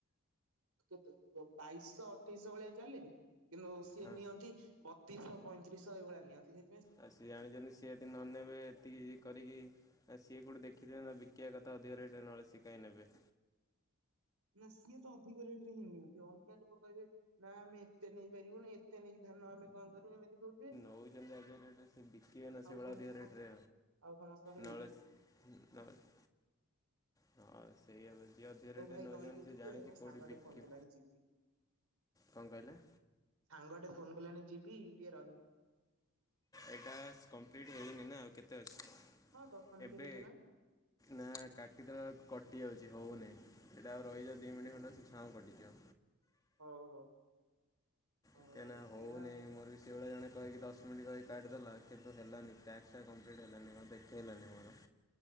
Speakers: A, on the right; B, on the left.
A: କେତେ ପାଇଶ ଅଠେଇଶ ଭଳିଆ ଚାଲେ କିନ୍ତୁ ସେ
B: ହଁ
A: ନିଅନ୍ତି ବତିଶ୍ଶ ପଇଁତିରିଶ ଏଇଭଳିଆ ନିଅନ୍ତି ସେ
B: ଆ ସିଏ ଜାଣିଚନ୍ତି ସିଏ ୟଦି ନ ନେବେ ଏତିକି ଯେ କରିକି ଏ ସିଏ କେଉଁଠି ଦେଖିଥିବେ ନା ବିକିବା କତା ଅଧିକ ରେଟ୍ ନଏଲେ ସିଏ କାଇଁ ନେବେ।
A: ନା ସିଏ ତ ଅଧିକ ରେଟ୍ ରେ ହିଁ ନିଅନ୍ତି ଅଲଗା ଲୋକ କହିବେ ନାଁ ଆମେ ଏତେ ନେଇ ପାରିବୁନି ଏତେ ନେଇକି ଧାନ ଆମେ କଣ କରିବୁ ଏମିତି କଉଥିବେ।
B: କଉଚନ୍ତି ଅଧିକ ରେଟରେ ସେ ବିକିବେ ନା ସେଭଳା
A: ସମସ୍ତଙ୍କର
B: ଅଧିକ ରେଟରେ
A: ଆଉ ସମସ୍ତଙ୍କର ହେଇଯିବ।
B: ନଲେଶ୍ <unintelligible> ହଁ ସେଇଆ ହବ ଯିଏ ଅଧିକ ରେଟରେ
A: ହଉ ଭାଇ
B: ନଉଚି
A: ରହିଲି
B: ମାନେ ସିଏ
A: ଟିକେ
B: ଜାଣିଛି
A: ମୋ
B: କେଉଠି
A: ସାଙ୍ଗଟେ
B: ବିକି
A: ଫୋନ କଲାଣି ଯିବି
B: କଣ କହିଲେ?
A: ସାଙ୍ଗ ଟେ ଫୋନ କଲାଣି ଯିବି ଟିକେ ରହିଲି।
B: ଏଇ ଟାସ୍କ କଂପ୍ଲିଟ୍ ହେଇନି ନା ଆଉ କେତେ ଅଛି
A: ହଁ ଦଶ ମିନିଟ୍
B: ଏବେ
A: ହେଇଗଲାଣି
B: ନା କାଟିଦେଲାକୁ କଟି ଯାଉଛି ହଉନି ଏଇଟା ଆଉ ରହିଯା ଦି ମିନି ଖଣ୍ଡେ ଅଛି ଛାଁଉ କଟିଯିବ।
A: ହଉ ହଉ। ହଉ
B: କାହିଁକିନା
A: ସେଇଆ
B: ହଉ ନାଇଁ ମୋର ବି। ସେଇଭଳିଆ ଜଣେ କହିକି ଦଶ ମିଣ୍ଟି କହିକି କାଟି ଦେଲା କିନ୍ତୁ ହେଲାନି ଟ୍ୟାକ୍ସ କମ୍ପ୍ଲିଟ୍ ହେଲାନି କଣ ଦେଖେଇଲାନି ମୋର।